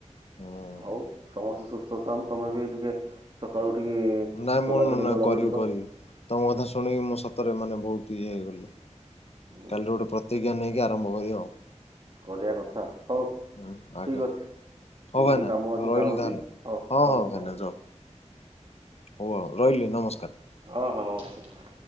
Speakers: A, on the left; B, on the right.
A: ହୁଁ
B: ଆଉ ସମସ୍ତେ ସୁସ୍ଥ ଥାନ୍ତୁ। ତମେ ବି ଟିକେ ସକାଳୁ ଉଠିକି
A: ନାଇଁ ମୁଁ
B: ଚଲାଚଲି
A: ନାଇଁ
B: ଦୌଡା
A: କରିବି
B: ଦୌଡିକର।
A: କରିବି। ତମ କଥା ଶୁଣିକି ମୁଁ ସତରେ ମାନେ ବହୁତ ଇଏ ହେଇଗଲି।
B: ହୁଁ
A: କାଲି ଗୋଟେ ପ୍ରତିଜ୍ଞା ନେଇକି ଆରମ୍ଭ କରିିବା ଆଉ।
B: କରିବା କଥା, ହଉ
A: ହୁଁ ଆଜ୍ଞା।
B: ଠିକ ଅଛି।
A: ହଉ
B: ମୁଁ
A: ଭାଇନା
B: ଟିକେ କାମ ଅଛି
A: ରହିଲି
B: ଯାଉଛି।
A: ତାହେଲେ
B: ହଉ,
A: ହଁ
B: ହଉ,
A: ହଁ
B: ହଉ,
A: ଭାଇନା
B: ହଉ।
A: ଯଅ ହଉ ଆଉ ରହିଲି ନମସ୍କାର।
B: ହଁ, ହଁ ନମସ୍କାର।